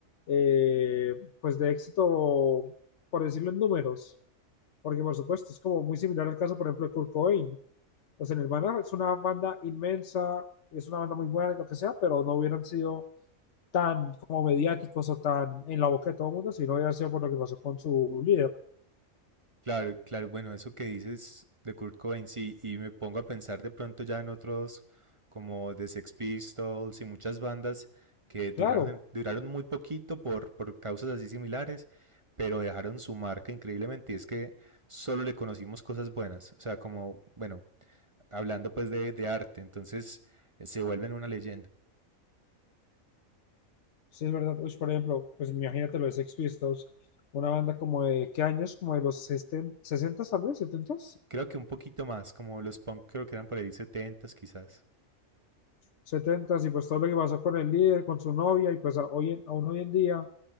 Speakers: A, on the left (about 60°); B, on the right (about 25°).
A: eh, pues de éxito, por decirlo en números. Porque por supuesto, es como muy similar al caso, por ejemplo, de Kurt Cobain. O sea, Nirvana es una banda inmensa, es una banda muy buena y lo que sea, pero no hubieran sido tan como mediáticos o tan en la boca de todo el mundo, sino ya sido por lo que pasó con su líder.
B: Claro, claro, bueno, eso que dices de Kurt Cobain, sí, y me pongo a pensar de pronto ya en otros como The Sex Pistols y muchas bandas que duraron,
A: Claro,
B: duraron muy poquito por, por causas así similares, pero dejaron su marca increíblemente y es que solo le conocimos cosas buenas, o sea, como, bueno, hablando pues de, de arte, entonces eh, se vuelven una leyenda.
A: sí es verdad. Uy, por ejemplo, pues imagínate lo de Sex Pistols, una banda como de, ¿qué años? Como de los sesenta, sesenta tal vez, 70,
B: Creo que un poquito más, como los punk creo que eran por ahí setentas quizás.
A: 70, y pues todo lo que pasó con el líder, con su novia, y pues a- hoy en- aún hoy en día,